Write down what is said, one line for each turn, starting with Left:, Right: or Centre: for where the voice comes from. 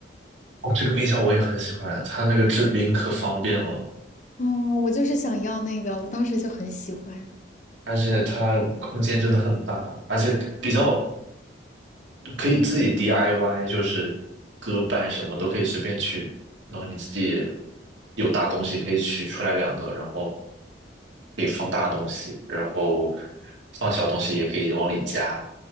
Right: 哦，这个冰箱我也很喜欢，它那个制冰可方便了，
Left: 哦，我就是想要那个，我当时就很喜欢。
Right: 而且它空间真的很大，而且比较可以自己 DIY，就是割板什么都可以随便取，然后你自己有大东西可以取出来两个，然后可以放大东西，然后放小东西也可以往里加，